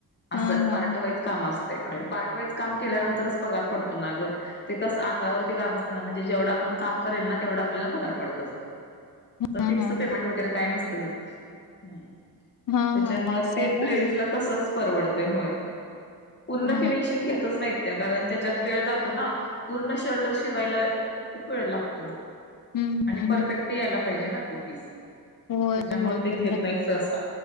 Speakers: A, on the left; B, on the left.
A: असं
B: हम्म हम्म हम्म
A: पार्ट वाईज काम असतय. पार्ट वाईज काम
B: हम्म
A: केल्यानंतरच पगार पडतो ना ग. ते कसं अंगावरती काम असतना म्हणजे जेवढं आपण काम करेल ना तेवढा आपल्याला पगार पडत असतो.
B: हम्म
A: फिक्स
B: हम्म
A: पेमेंट वगैरे काय नसतं तिथं.
B: हा
A: त्याच्यामुळे
B: हा हा असं
A: ते
B: आहे व्हय
A: लेडीजला तसचं परवडतंय होय पूर्ण
B: हा
A: फिनिशिंग घेतच नाही. त्या कारण त्याच्यात वेळ जातो ना पूर्ण शर्ट शिवायला खूप वेळ लागतो.
B: हम्म
A: आणि
B: हम्म
A: परफेक्ट
B: हम्म
A: यायला पाहिजे ना तो पीस,
B: होय
A: त्याच्यामुळे
B: होय बरोबर
A: ते घेत
B: आहे.
A: नाहीत सहसा